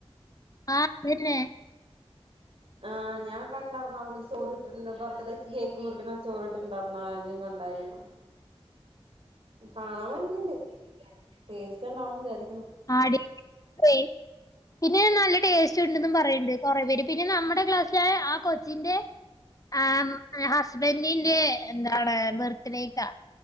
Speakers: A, on the left (about 35°); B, on the right (about 65°).
A: ആഹ് അതന്നെ
B: ആഹ് ഞാൻ കണ്ടായിന്നരുന്നു അവള് സ്റ്റോറിട്ട ന്ത ബർത്ത്ഡേക്ക് കേക്ക് മുറിക്കണ സ്റ്റോറിട്ടുണ്ടായിരുന്നു ഞാൻ കണ്ടായിരുന്നു കാണാൻ ഭംഗിയണ്ട് ടേസ്റ്റ് ഉണ്ടാവുംന്ന് വിചാരിക്കണു
A: ആടി പോ പിന്നെ നല്ല ടേസ്റ്റ് ഉണ്ടു ന്ന് പറയണ്ട് കുറ പേര് പിന്നെ നമ്മുടെ ക്ലാസ്സിലെ ആ കൊച്ചിന്റെ ആഹ് അസ്സിന്റെ ബെന്നിൻ്റെ എന്താണ് ബർത്ത്ഡേക്കാ